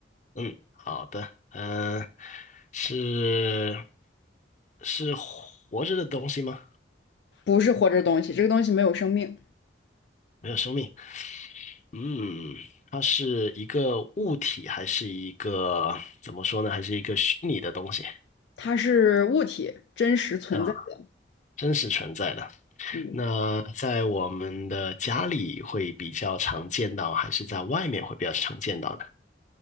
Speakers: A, on the left; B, on the left.
A: 嗯，好的，嗯、是是活着的东西吗？
B: 不是活着的东西，这个东西没有生命，
A: 没有生命。嗯，它是一个物体还是一个怎么说呢？还是一个虚拟的东西
B: 它是物体，真实存在的。
A: 啊？真实存在的。
B: 嗯，
A: 那在我们的家里会比较常见到，还是在外面会比较常见到呢？